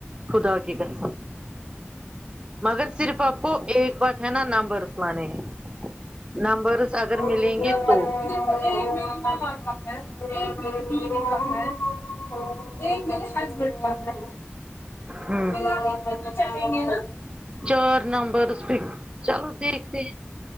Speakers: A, on the right; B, on the left.
A: خدا کی کر مگر صرف آپ کو ایک بات ہے نا نامبرسمے ہے <unintelligible>
B: <unintelligible> <unintelligible>
A: گے تو
B: ایک میرے ہسبینڈ کا ہے
A: ہ
B: فی الحال اتنے تو چلیں گے نا
A: چار نمبر چلو دیکھتے ہیں